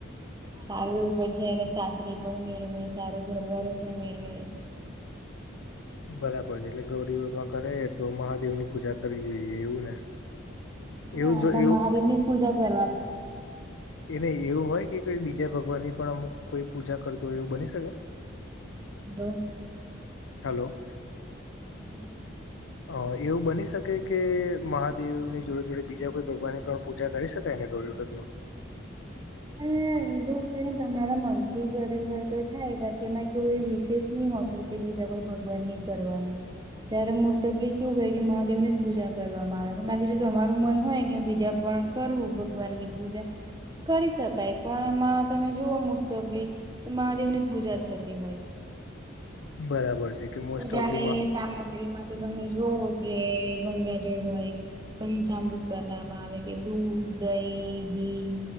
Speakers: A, on the right; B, on the left.
A: સારું પછી એને સાકરી પણ મેળવે સારો ઘરવાળો પણ મેળવે
B: બરાબર એટલે ગૌરી વ્રત કરે તો મહાદેવની પૂજા કરવી જોઈએ એવું ને
A: હા
B: એવું જો
A: એમાં
B: એવું
A: મહાદેવની જ પૂજા કરવા
B: એને એવું હોય કે કોઈ બીજા ભગવાનની પણ અમુક કોઈ પૂજા કરતૂ હોય એવું બની શકે
A: બ
B: હલો.
A: <unintelligible> છે.
B: અહ એવું બની શકે કે મહાદેવની જોડે જોડે બીજા કોઈ ભગવાનને પણ પૂજા કરી શકાયને ગૌરી વ્રતમાં.
A: અને જો કઈ તમારા મનથી ગૌરી વ્રત થાય બાકી એમાં કેવું એ વિશેષ ની હોતો કે બીજા કોઈ ભગવાન નહી કરવાની ત્યારે મોસ્ટોપલી કેવું હોય કે મહાદેવ ની જ પૂજા કરવામાં આવે બાકી જો તમારું મન હોય કે બીજા પણ કરવું ભગવાનની પૂજા કરી શકાય પણ એમાં તમે જોવો મોંસ્ટોપલી તો મહાદેવની જ પૂજા થતી હોય.
B: બરાબર છે કે મોસ્ટ
A: પુજાની
B: ઓફલી
A: સામગ્રીમાં તો તમે જોવ જે ગંગાજળ હોય પંચમૃત બનાવવામાં આવે કે દૂધ દહીં ઘી